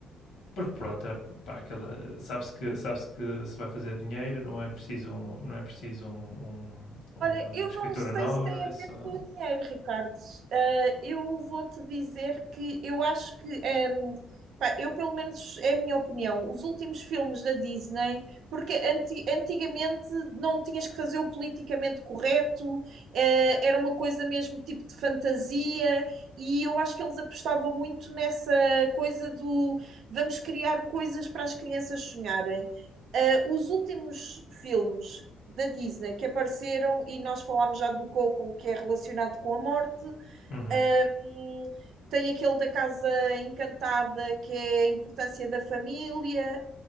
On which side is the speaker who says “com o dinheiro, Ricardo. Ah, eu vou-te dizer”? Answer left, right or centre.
Right